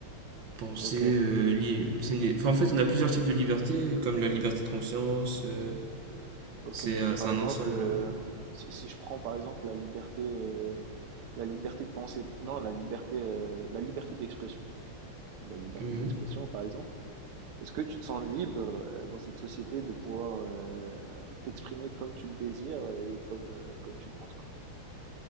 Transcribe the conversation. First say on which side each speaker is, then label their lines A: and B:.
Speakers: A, on the right; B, on the right.
A: penser,
B: Ok.
A: euh, li- c'est une- enfin, en fait, on a plusieurs types de liberté, comme la liberté de conscience, euh,
B: Ok,
A: c'est
B: mais
A: un
B: par
A: c'est un
B: exemple,
A: ensemble.
B: euh,
A: euh.
B: si, si je prends par exemple la liberté, euh, la liberté de penser, non, la liberté, euh, la liberté d'expression. Quand La liberté
A: Mhm.
B: d'expression, par exemple, est-ce que tu te sens libre euh, dans cette société de pouvoir euh, t'exprimer comme tu le désires et comme, euh, comme tu le penses, quoi?